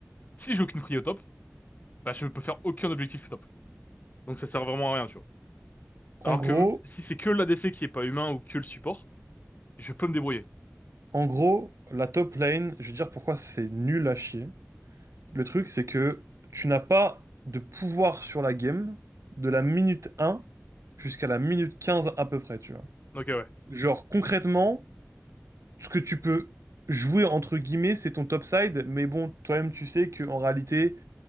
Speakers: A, on the left; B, on the right.
A: si j'ai aucune prio au top, bah, je peux faire aucun objectif au top. Donc ça sert vraiment à rien, tu vois.
B: En
A: Alors
B: gros,
A: que m- si c'est que l'ADC qui est pas humain ou que le support, je peux me débrouiller.
B: en gros, la top lane, je vais dire pourquoi c'est nul à chier. Le truc, c'est que tu n'as pas de pouvoir sur la game de la minute un jusqu'à la minute 15 à peu près, tu vois.
A: Ok, ouais.
B: Genre, concrètement, ce que tu peux jouer entre guillemets, c'est ton topside, mais bon, toi-même tu sais qu'en réalité,